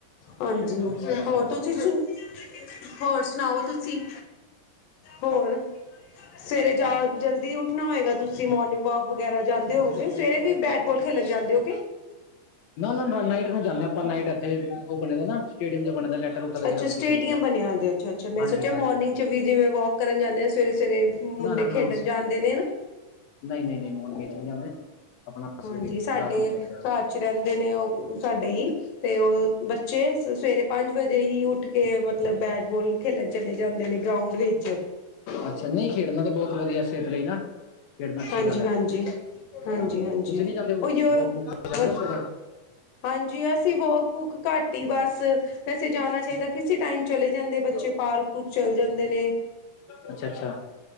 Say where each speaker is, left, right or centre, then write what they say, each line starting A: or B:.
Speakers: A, on the left; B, on the left.
A: ਹਾਂਜੀ,
B: ਅੱਛਾ ਅੱਛਾ
A: ਹੋਰ ਤੁਸੀਂ ਸੁ, ਹੌਰ ਸੁਣਾਓ ਤੁਸੀਂ? ਹੋਰ ਸਵੇਰੇ ਜਾ ਜਲਦੀ ਉੱਠਣਾ ਹੋਵੇਗਾ, ਤੁਸੀਂ ਮੋਰਨਿੰਗ ਵਾਕ। ਵਗੈਰਾ ਜਾਂਦੇ ਹੋਵੋਗੇ। ਸਵੇਰੇ ਵੀ ਬੈਟ ਬਾਲ ਖੇਲਣ ਜਾਂਦੇ ਹੋ।
B: ਨਾ-ਨਾ ਨਾਈਟ ਨੂੰ ਜਾਂਦੇ ਹਾਂ ਆਪਾਂ, ਨਾਈਟ ਇੱਥੇ ਉਹ ਬਣੇ ਹੋਏ ਨਾ, ਸ਼ੱਡੀਅਮ ਜਾ ਬਣਦੇਨੇ ਲਾਇਟਾ- ਲੁਟਾ ਲਗੇ
A: ਅੱਛਾ
B: ਨੇ ਉੱਥੇ।
A: ਸਟੇਡੀਅਮ
B: ਖੇਲੀ ਦਾ
A: ਬਣਿਆ ਹੋ ਅੱਛਾ- ਅੱਛਾ, ਮੈਂ
B: ਹਾਂਜੀ
A: ਸੋਚਿਆ
B: ਹਾਂਜੀ
A: ਮੋਰਨਿੰਗ
B: ਹਾਂਜੀ
A: ਚ' ਵੀ। ਜਿਵੇਂ ਵਾਕ ਕਰਨ ਜਾਂਦੇ ਆ, ਸਵੇਰੇ-ਸਵੇਰੇ ਮੁੰਡੇ
B: ਨਾ ਨਾ ਨਾ
A: ਖੇਡਣ ਜਾਂਦੇ ਨੇ ਨਾ।
B: ਨਹੀਂ- ਨਹੀਂ- ਨਹੀਂ। ਮੁੰਣਗੇ ਚ' ਨਹੀਂ ਜਾਂਦੇ। ਆਪਣਾ
A: ਹਾਂਜੀ।
B: ਸਵੇਰੇ
A: ਸਾਡੇ
B: ਰਾਤ ਨੂੰ ਚਾਹੀਦਾ ਸੀ
A: ਘਰ ਚ' ਰਹਿੰਦੇ ਨੇ ਉਹ ਸਾਡੇ ਹੀ ਤੇ ਉਹ ਬੱਚੇ ਸਵੇਰੇ ਪੰਜ ਵਜੇ ਹੀ ਉੱਠ ਕੇ, ਮਤਲਬ ਬੈਟ-ਬਾਲ ਖੇਡਣ ਚਲੇ ਜਾਂਦੇ ਨੇ ਗਰਾਊਂਡ ਵਿੱਚ
B: ਅੱਛਾ। ਨਹੀਂ ਖੇਡਣਾ ਤਾਂ ਬਹੁਤ ਵਧੀਆ ਸਿਹਤ ਲਈ ਨਾ। ਖੇਡਣਾ ਅੱਛੀ
A: ਹਾਂਜੀ-
B: ਗੱਲ ਹੈ
A: ਹਾਂਜੀ- ਹਾਂਜੀ-
B: ਤੁਸੀਂ
A: ਹਾਂਜੀ।
B: ਨੀ ਜਾਂਦੇ
A: ਉਹੀ
B: ਵੋਕ ਵੂਕ ਤੇ ਜਾਂਦੇ
A: ਵਧ
B: ਹੋ ਸਵੇਰੇ
A: ਹਾਂਜੀ। ਅਸੀਂ ਵਾਕ-ਵੂਕ ਘੱਟ ਹੀ ਬਸ ਵੈਸੇ ਜਾਣਾ ਚਾਹੀਦਾ ਕਿਸੇ ਟਾਈਮ ਚਲੇ ਜਾਂਦੇ, ਬੱਚੇ ਪਾਰਕ ਪੁਰਕ ਚਲੇ ਜਾਂਦੇ ਨੇ।
B: ਅੱਛਾ, - ਅੱਛਾ।